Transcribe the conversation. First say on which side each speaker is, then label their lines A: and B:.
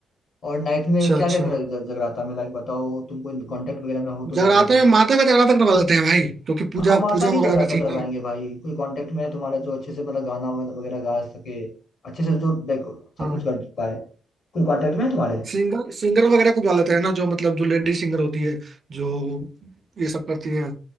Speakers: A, on the left; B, on the right.
A: और नाइट में
B: अच्छा
A: क्या
B: अच्छा
A: क्या करा ज- जगराता में लाइक बताओ तुमको कांटेक्ट वगैरह में हो
B: जगराता
A: तो जगराता
B: में माता का जगराता करवा लेते हैं भाई क्योंकि पूजा
A: हम माता
B: पूजा
A: की
B: वगैरह
A: जगराता
B: का
A: करवाएंगे
B: सीन है
A: भाई कोई कांटेक्ट में है तुम्हारा जो अच्छे से मतलब गाना वगैरह गा सके अच्छे से जो देखो सब
B: हाँ
A: कुछ कर पाए कोई कांटेक्ट में है तुम्हारे
B: सिंगर सिंगर वगैरह को बुला लेते हैं ना जो मतलब जो लेडी सिंगर होती है जो ये सब करती है